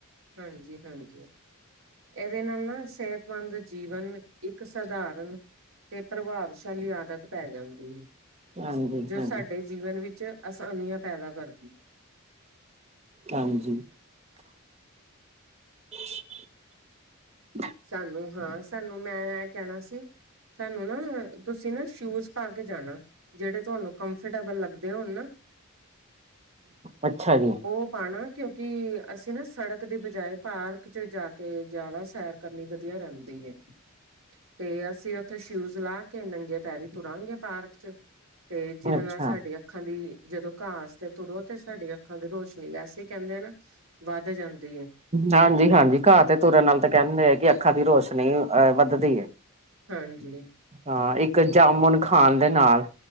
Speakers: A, on the right; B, on the right.
A: ਹਾਂਜੀ-ਹਾਂਜੀ। ਇਹਦੇ ਨਾਲ ਨਾ ਸਿਹਤਮੰਦ ਜੀਵਨ ਇੱਕ ਸਧਾਰਨ ਤੇ ਪ੍ਰਭਾਵਸ਼ਾਲੀ ਆਦਤ ਪੈ ਜਾਂਦੀ ਏ।
B: ਹਾਂਜੀ
A: ਜੋ
B: ਹਾਂਜੀ
A: ਸਾਡੇ ਜੀਵਨ ਵਿੱਚ ਆਸਾਨੀਆਂ ਪੈਦਾ ਕਰਦੀ ਏ।
B: ਹਾਂਜੀ। <inaudible>
A: ਸਾਨੂੰ ਹਾਂ ਸਾਨੂੰ ਮੈਂ ਐਹ ਐਹ ਕਹਿਣਾ ਸੀ ਤੁਹਾਨੂੰ ਨਾ ਤੁਸੀਂ ਨਾ ਸ਼ੂਜ ਪਾ ਕੇ ਜਾਣਾ ਜਿਹੜੇ ਤੁਹਾਨੂੰ ਕੰਫਰਟੇਬਲ ਲੱਗਦੇ ਹੋਣ ਨਾ
B: ਅੱਛਾ
A: ਉਹ
B: ਜੀ
A: ਪਾਣਾ। ਕਿਉਂਕਿ ਅਸੀਂ ਨਾ ਸੜਕ ਦੇ ਬਜਾਏ ਪਾਰਕ ਚ ਜਾ ਕੇ ਜਿਆਦਾ ਸੈਰ ਕਰਨੀ ਵਧੀਆ ਰਹਿੰਦੀ ਏ। ਤੇ ਅਸੀਂ ਉੱਥੇ ਸ਼ੂਜ ਲਾ ਕੇ ਨੰਗੇ ਪੈਰੀ ਤੁਰਾਂਗੇ ਪਾਰਕ ਚ। ਤੇ ਜਿਹਦੇ
B: ਅੱਛਾ।
A: ਨਾਲ ਸਾਡੀਆਂ ਅੱਖਾਂ ਦੀ ਜਦੋਂ ਘਾਸ ਤੇ ਤੁਰੋ ਤੇ ਸਾਡੀ ਅੱਖਾਂ ਦੀ ਰੋਸ਼ਨੀ ਵੈਸੇ ਹੀ ਕਹਿੰਦੇ ਆ ਨਾ ਵੱਧ ਜਾਂਦੀ ਏ।
B: ਹਾਂਜੀ ਹਾਂਜੀ ਘਾਹ ਤੇ ਤੁਰਨ ਨਾਲ ਤੇ ਕਹਿੰਦੇ ਐ ਕਿ ਅੱਖਾਂ ਦੀ ਰੋਸ਼ਨੀ ਅਹ ਵੱਧਦੀ ਏ।
A: ਹਾਂਜੀ।
B: ਹਾਂ ਇੱਕ ਜਾਮੁਨ ਖਾਣ ਦੇ ਨਾਲ